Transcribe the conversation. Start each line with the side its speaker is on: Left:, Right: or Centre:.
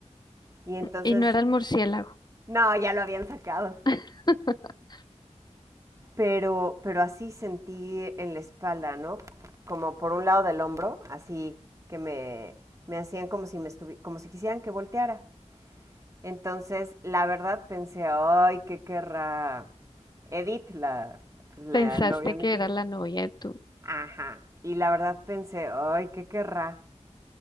Right: Y entonces,
Left: Y no era el murciélago.
Right: no, ya lo habían sacado.
Left: <laughs>
Right: pero, pero así sentí en la espalda, ¿no? Como por un lado del hombro, así que me, me hacían como si, me estuvi- como si quisieran que volteara. Entonces, la verdad pensé, ay, ¿qué querrá Edith, la, pues, la
Left: Pensaste
Right: novia de mi
Left: que
Right: tío?
Left: era la novia de tu
Right: Ajá. Y la verdad pensé, ay, ¿qué querrá?